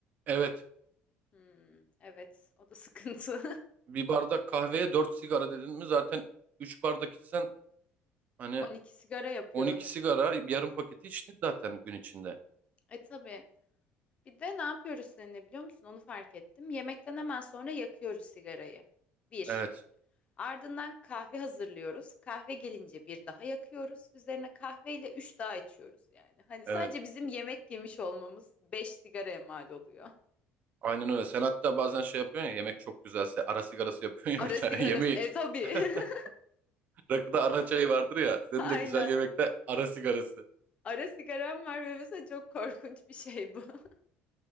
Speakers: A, on the right; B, on the left.
A: Evet.
B: Hmm, evet o da sıkıntı.
A: Bir bardak kahveye 4 sigara dedin mi zaten 3 bardak içsen
B: <laughs>
A: hani
B: 12 sigara yapıyor.
A: on iki sigara yarım paketi içtin zaten gün içinde.
B: E tabii. Bir de ne yapıyoruz seninle biliyor musun? Onu fark ettim. Yemekten hemen sonra yakıyoruz sigarayı. Bir.
A: Evet,
B: Ardından kahve hazırlıyoruz. Kahve gelince bir daha yakıyoruz. Üzerine kahveyle üç daha içiyoruz yani. Hani
A: evet.
B: sadece bizim yemek yemiş olmamız beş sigaraya mal oluyor.
A: Aynen öyle. Sen hatta bazen şey yapıyorsun ya yemek çok güzelse ara sigarası yapıyorsun
B: Ara
A: ya bir tane
B: sigarası.
A: <laughs> yemeği.
B: E tabii.
A: <laughs>
B: <laughs>
A: Rakıda ara çayı vardır ya. Senin
B: Aynen.
A: de güzel yemekte ara sigarası.
B: Ara sigaram var ve mesela çok korkunç bir şey bu. <laughs>